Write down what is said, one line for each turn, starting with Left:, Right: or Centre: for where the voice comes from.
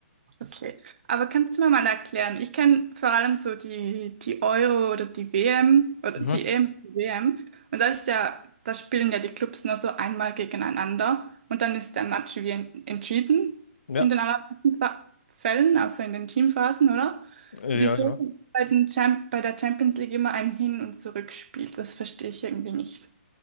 Right: okay. Aber kannst du mir mal erklären? Ich kenne vor allem so die, die Euro oder die WM oder
Left: Mhm.
Right: die EM, die WM. Und da ist ja, da spielen ja die Clubs nur so einmal gegeneinander und dann ist der Match wie en- entschieden
Left: Ja,
Right: in den allermeisten Fa- Fällen, außer in den Teamphasen, oder?
Left: äh,
Right: Wieso
Left: ja, genau.
Right: gibt's bei den Champ bei der Champions League immer ein Hin- und Zurückspiel? Das verstehe ich irgendwie nicht.